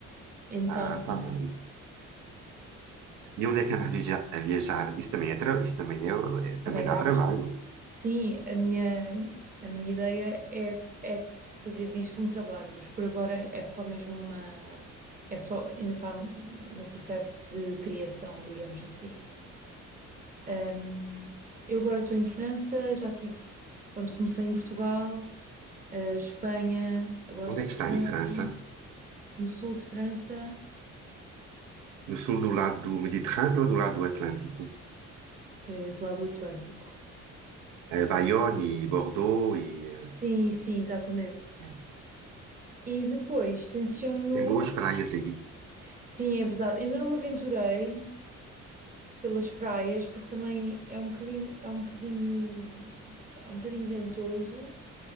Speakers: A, on the right; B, on the right.
A: Então,
B: Ah, está bem. E onde é que anda a viaja- a viajar? Isso também é, tra- isso também é, eh,
A: também
B: também
A: cá.
B: dá trabalho.
A: Sim, a minha, a minha ideia é, é fazer disto um trabalho, mas por agora é só mesmo uma. É só ainda está no, no processo de criação, digamos assim. Ahm, eu agora estou em França, já tive. Pronto, comecei em Portugal, eh, Espanha, agora estou
B: Onde é que
A: em
B: está
A: França,
B: em França?
A: no sul de França,
B: No sul do lado do Mediterrâneo ou do lado do Atlântico?
A: eh, do lado do Atlântico.
B: Eh, Bayonne e Bordeaux e eh,
A: Sim, sim, exatamente.
B: eh,
A: E depois tenciono.
B: tem boas praias aí.
A: Sim, é verdade, ainda não me aventurei. pelas praias, porque também é um bocadinho, é um bocadinho, é um bocadinho ventoso